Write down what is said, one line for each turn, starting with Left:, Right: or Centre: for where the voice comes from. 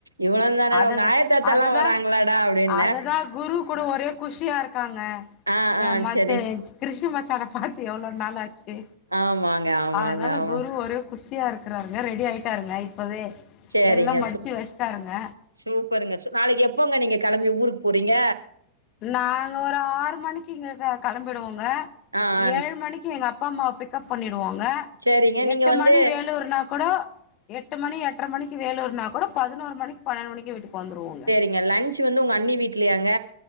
Right: இவ்ளோ தானடா
Left: அததா
Right: உங்க ஆயத்தாத்தால்லா
Left: அததா
Right: வராங்ளடா அப்டின்ன
Left: அததா குரு கூட ஒரே குஷியா இருக்காங்க
Right: ஆ
Left: எ
Right: ஆ
Left: மச்ச
Right: செரிங்
Left: கிருஷு மச்சான பாத் து எவ்ளோ நாள் ஆச்சி
Right: ஆமாங்க ஆமாங்க
Left: அதனால
Right: ஆமா
Left: குரு ஒரே குஷியா இருக்கிறாருங்க ரெடி ஆயிட்டாருங்க இப்பவே
Right: சேரிங்க
Left: எல்லா மடிச்சு வச்சுட்டாருங்க
Right: சூப் பருங்க நாளைக்கி எப்போங்க நீங்க கெளம்பி ஊருக்கு போறீங்க
Left: நாங்க ஒரு ஆறு மணிக்கு இங்க க கெளம்பிடுவோங்க
Right: ஆ ஆ
Left: ஏழு மணிக்கு எங்க அப்பா அம்மாவ பிக் கப் பண்ணிடுவோங்க
Right: சேரிங்க நீங்க
Left: எட்டு
Right: வந்து
Left: மணி வேலூர்னா கூடோ எட்டு மணி எட்ர மணிக்கு வேலூர்னா கூடோ பதினோரு மணிக்கு பன்னெண்டு மணிக்கு வீட்டுக்கு வந்துருவோங்க
Right: இங்க லஞ்ச் வந்து உங்க அண்ணி வீட்லயாங்க